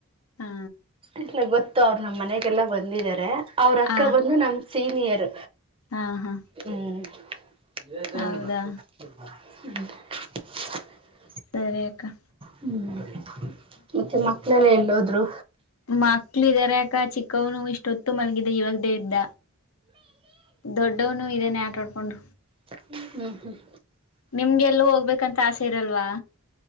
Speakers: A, on the left (about 70°); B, on the right (about 25°).
A: ಹಾ
B: ಇದ್ಲು ಗೊತ್ತು ಅವರು ನಮ್ ಮನೆಗೆಲ್ಲ ಬಂದಿದಿದ್ದಾರೆ ಅವ್ರಕ್ಕ
A: ಹ
B: ಬಂದು ನಮ ಸೀನಿಯರ್.
A: ಹಾ ಹಾ
B: ಹ್ಮ್ <unintelligible>
A: ಹೌದಾ ಸರಿ ಅಕ್ಕ
B: ಹ್ಮ್ ಮತ್ತೆ ಮಕ್ಳೆಲ್ಲ ಎಲ್ಲೋದ್ರು.
A: ಮಕ್ಳಿದಾರಾಕ ಚಿಕ್ಕವ್ನು ಇಷ್ಟೊತ್ತು ಮಲಗಿದೆ ಇವಾಗ್ದೇ ಎದ್ದ ದೊಡ್ಡವ್ನು ಇದೇನೆ ಆಟಾಡ್ಕೊಂಡ್.
B: ಹ್ಮ ಹ್ಮ್ ಹ್ಮ್
A: ನಿಮ್ಗೆ ಎಲ್ಲೂ ಹೋಗ್ಬೇಕಂತ ಆಸೆ ಇರಲ್ವಾ